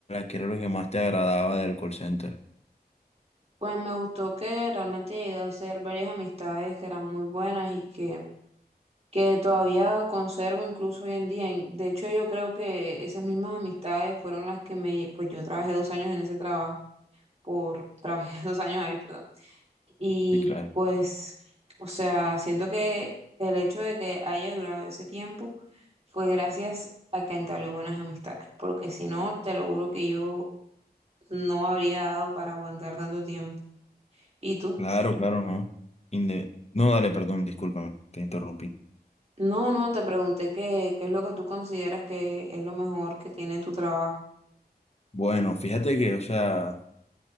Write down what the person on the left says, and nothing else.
qué era lo que más te agradaba del call center?
Sí, claro.
Claro, claro, no. Inde- No, dale, perdón, discúlpame, te interrumpí.
Bueno, fíjate que, o sea,